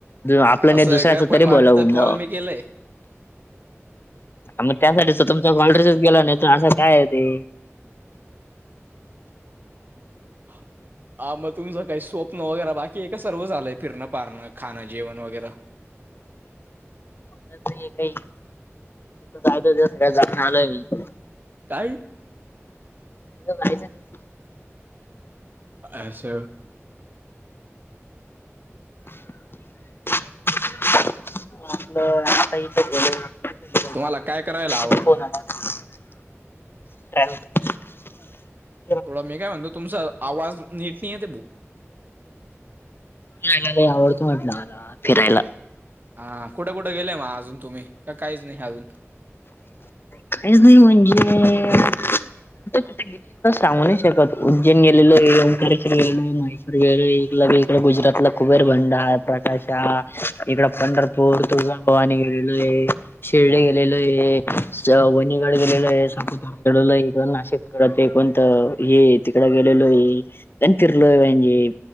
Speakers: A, on the left (about 50°); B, on the right (about 40°).
A: ते आपलं
B: असं
A: नाही, दूसर्याच
B: आहे का पण
A: तरी
B: वाटतं
A: भलं हून
B: कॉल
A: जावं.
B: मी केलंय
A: मग त्यासाठीच तुमचा कॉल रिसीव केला, नाही असं काय आहे ते.
B: हा हा मग तुमचं काही स्वप्न वगैरे बाकी सर्व झालंय फिरं फारणं खाणं वगैरे
A: नाही काही तीथ जाखण आलोय मी
B: काय?
A: नाही जात.
B: असं.
A: आपलं आता ईथे चालू कुठे
B: तुम्हाला काय करायला
A: फोन
B: आवडतं
A: आला होता. ट्रॅव्हल्स
B: थोडं! मी काय म्हणतो, तुमचा आवाज नीट नाही आहे ते भाऊ.
A: फिरायला आवडतो म्हटलं मला फिरायला.
B: हा कुठे कुठे गेलेय मग अजून तुम्ही का काहीच नाही अजून
A: काहीच नाही म्हणजे कुठ कुठ गेले. सांगू नाही शकत उज्जेन गेलेलो, ओंकारेश्वर गेलो, महे्वर गेलो, गुजरातला कुबेर बंडा प्रकाश, इकड पंढरपूर तुळगाभवानीरे गेलो आहे. शिर्डी गेलेलो आहे. वनीगडे गेलेलं आहे संपड नाशिकड कोण ते हे तिकड गेलेलो आहे आणि फिरलोय म्हणजे